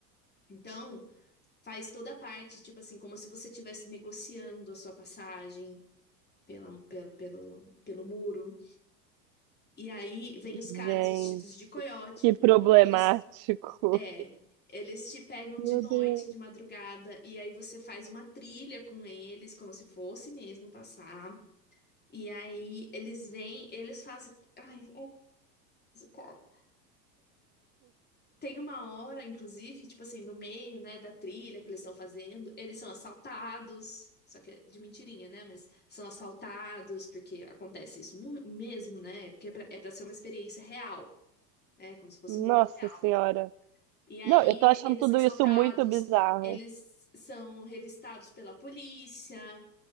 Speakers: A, on the left (about 20°); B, on the right (about 45°).
A: Então, faz toda a parte, tipo assim, como se você estivesse negociando a sua passagem pela, pelo, pelo, pelo muro. E aí vem os
B: Gente,
A: caras vestidos de coiote,
B: que problemático.
A: eles. É. Eles te pegam
B: Meu
A: de noite,
B: Deus.
A: de madrugada, e aí você faz uma trilha com eles, como se fosse mesmo passar. E aí eles vêm, eles fazem. Ai, é Tem uma hora, inclusive, tipo assim, no meio, né, da trilha que eles estão fazendo, eles são assaltados. Só que é de mentirinha, né? Mas são assaltados, porque acontece isso mu- mesmo, né? Porque é pra, é pra ser uma experiência real, né? Como se fosse
B: Nossa
A: muito real.
B: Senhora.
A: E aí
B: Não, eu tô achando
A: eles
B: tudo
A: são assaltados,
B: isso muito bizarro.
A: eles são revistados pela polícia,